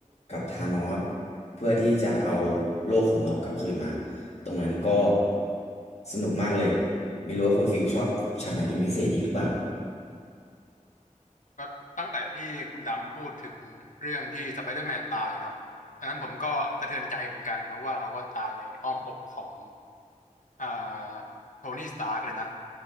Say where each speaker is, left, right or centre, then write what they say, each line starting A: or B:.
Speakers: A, on the left; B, on the left.
A: กับธานอสเพื่อที่จะเอาโลกของเรากลับคืนมาตรงนั้นก็สนุกมากเลยไม่รู้ว่าคุณฟิลชอบฉากไหนเป็นพิเศษอีกหรือเปล่า
B: ก็ตั้งแต่ที่คุณดำพูดถึงเรื่องที่สไปเดอร์แมนตายเนาะอันนั้นผมก็สะเทือนใจเหมือนกันเพราะว่าเขาก็ตายในอ้อมอกของอ่าโทนี่สตาร์กเลยนะ